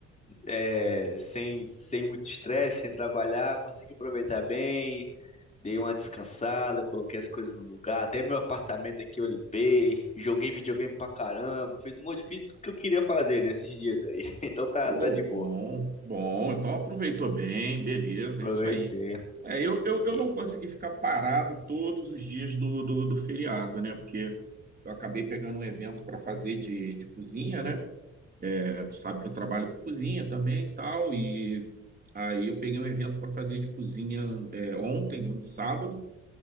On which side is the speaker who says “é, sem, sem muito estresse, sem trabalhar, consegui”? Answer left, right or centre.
Left